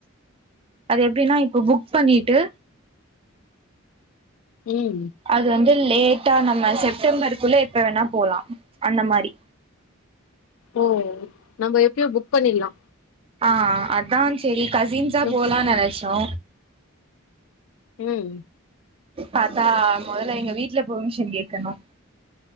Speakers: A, on the right; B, on the left.
A: அது எப்படின்னா இப்ப புக் பண்ணிட்டு
B: ம்
A: அது வந்து லேட்டா நம்ம செப்டம்பருக்குள்ள எப்ப வேணா போலா அந்த மாதிரி
B: ஓ நம்ம எப்பயும் புக் பண்ணிடலா
A: ஆ அதா சரி கசின்ஸா
B: ம்
A: போலானு நெனச்சோ
B: ம்
A: பத்தா முதல்ல எங்க வீட்டு்ல பெர்மிஷன் கேட்கணு